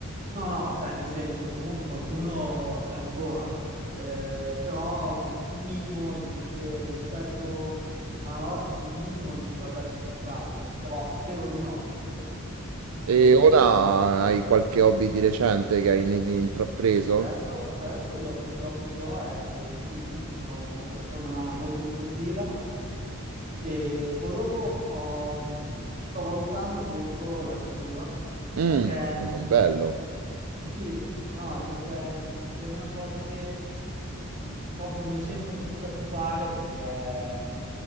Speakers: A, on the right; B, on the right.
A: No, no, cioè, nel senso, comunque qualcuno c'è ancora, Eh, però un minimo, dico che rispetto a una volta, sì, un minimo dovrebbe essere in calo, però spero di no, poi.
B: E
A: Ehm,
B: ora hai qualche hobby di recente che hai in- intrapreso?
A: adesso, adesso gli hobby, gli hobby che ho è che sì, comunque sono una persona molto sportiva e poi dopo ho- sto valutando molto la lettura
B: Mm,
A: perché
B: oh, bello,
A: Sì, no, è perché mh, era una cosa che mh, proprio mi è sempre scocciato fare perché,